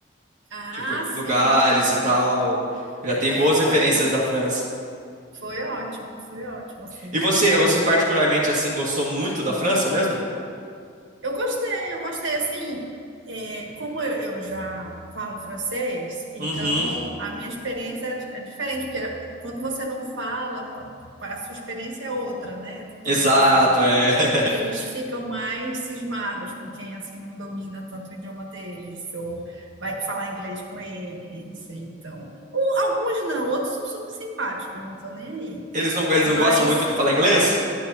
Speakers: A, on the right; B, on the right.
A: Ah,
B: tipo
A: sim,
B: lugares e tal. Já tem
A: é,
B: boas
A: foi,
B: referências da França.
A: foi ótimo, foi ótimo, assim.
B: E você, você particularmente assim gostou muito da França mesmo?
A: Eu gostei, eu gostei. Assim, é, como eu, eu já falo francês, então
B: Uhum.
A: a minha experiência é diferente, porque quando você não fala, pa- pa- a sua experiência é outra, né? Todo
B: Exato,
A: mundo fala que
B: é. <laughs>
A: eles ficam mais cismados com quem assim não domina tanto o idioma deles, ou vai falar inglês com eles, então. Ou alguns não, outros são super simpáticos, não estão nem aí.
B: Eles não, eles
A: Mas
B: não gostam muito de falar inglês?